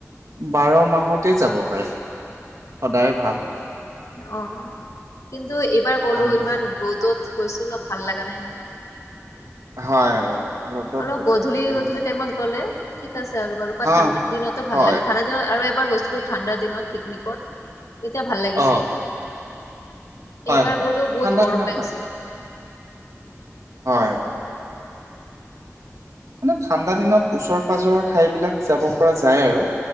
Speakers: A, on the right; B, on the left.
A: বাৰ মাহতে যাব পাৰে সদায় ভাল।
B: অ কিন্তু এইবাৰ গ'লো
A: চানডুবি
B: ইমান ৰ'দত গৈছো ন ভাল লগা নাই মানে।
A: হয় ৰ'দত
B: অলপ
A: গ'লে
B: গধূলি
A: হেৰি
B: গধূলি
A: হয়
B: টাইমত গ'লে ঠিক আছে আৰু বাৰু বা
A: হা
B: ঠাণ্ডা দিনতো ভাল
A: হয়
B: লাগে ঠাণ্ডা আৰু এবাৰ গৈছিলোঁ ঠাণ্ডাৰ দিনত পিকনিকত তেতিয়া ভাল লাগিছিল।
A: অ হয়
B: এইবাৰ
A: হয়
B: গলো বহুত
A: ঠাণ্ডা
B: গৰম
A: দিনত
B: লাগিছিলে।
A: ভাল লাগে হয় মানে ঠাণ্ডা দিনত ওচৰ পাজৰৰ ঠাই বিলাক যাব পৰা যায় আৰু।